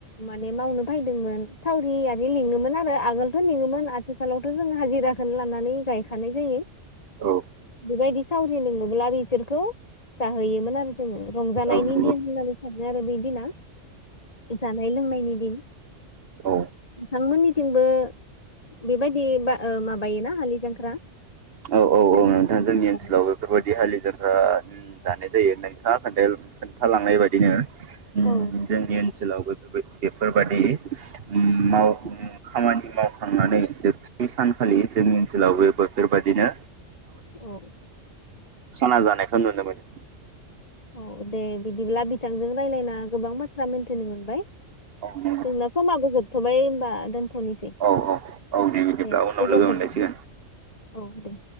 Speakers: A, on the left (about 30°); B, on the right (about 55°).
A: माने मावनो फायदोंमोन सावरि लिङोमोन आ आगोलथ लिङोमोन आथिखालाव जों हाजिराखोनो लानानै गायखानाय जायो।
B: औ
A: बिबायदि सावरि लिङोब्ला बिसोरखौ जाहोयोमोन आरो। जोङो रंजानायनि
B: औ नंगौ
A: दिन होननानै सानो। जा आरो बिदिना। जानाय लोंनायनि दिन।
B: औ
A: नोंथां मोननि थिंबो बेबायदि बा ओ माबायोना हालि जांख्रा
B: औ औ
A: फालियो
B: औ नोंथां जोंनि ओनसोलाव
A: औ
B: बेफोरबायदि हालि जांख्रा जानाय जायो नोंथाङा खोन्थालांनाय बायदिनो उम
A: औ
B: जोंनि ओन ओनसोलावबो बेफो-बेफोरबायदि उम
A: औ
B: माव उम खामानि माव थांनानै जोबथि सानखालि जोंनि ओनसोलाव बे <unintelligible> बाय बिदिनो
A: औ
B: साना जानायखौ नुनो मोनो
A: औ दे बिदिब्ला बिथांजों रायज्लायना गोबां बाथ्रा मोनथिनो मोनबाय
B: औ नंगौ
A: जोंना समाबो जोब थोबाय होमबा दोन थनोसै
B: औ औ औ बिदिब्ला
A: दे
B: उनाव
A: गोजोन्थों
B: लोगो मोनलायसिगोन।
A: औ दे